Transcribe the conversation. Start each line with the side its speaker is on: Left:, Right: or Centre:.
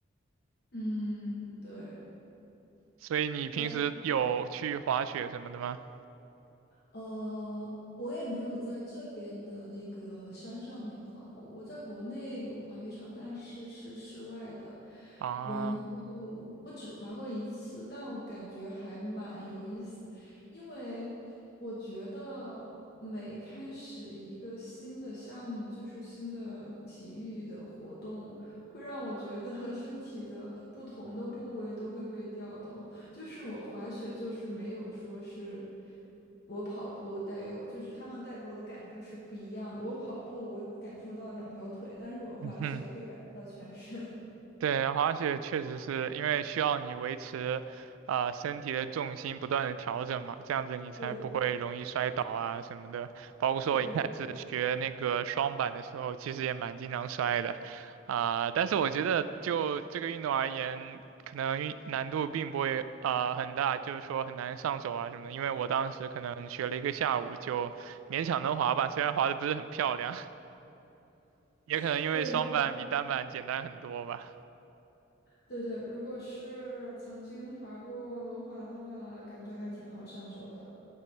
Left: 嗯，对，
Right: 所以你平时有去滑雪什么的吗？
Left: 但呃，我也没有在这边的那个山上面滑过。我在国内有滑雪场，但是是室外的。
Right: 啊，
Left: 然后我只滑过一次，但我感觉还蛮有意思，因为我觉得每开始一个新的项目，就是新的体育的活动，会让我觉得 <laughs> 身体的不同的部位都会被调动。就是我滑雪就是没有说是我跑步带给我，就是他们带给我的感受是不一样的。我跑步我感受到了两条腿，但是我滑雪我可以感受到全身。
Right: 嗯哼。
Left: <laughs>
Right: 对，滑雪确实是因为需要你维持，啊、身体的重心不断的调整嘛，这样子你才不会容易摔倒啊什么的。
Left: 对
Right: 包括说我一开始学那个双板的时候，
Left: 对对
Right: 其实也蛮经常摔的，啊、但是我觉得就这个运动而言，可能运难度并不会啊、很大，就是说很难上手啊什么的。因为我当时可能学了一个下午，就勉强能滑吧，虽然滑的不是很漂亮，<laughs> 也可能因为双板比单板简单很多吧。
Left: 对对对，如果是曾经滑过轮滑的话，感觉还挺好上手的。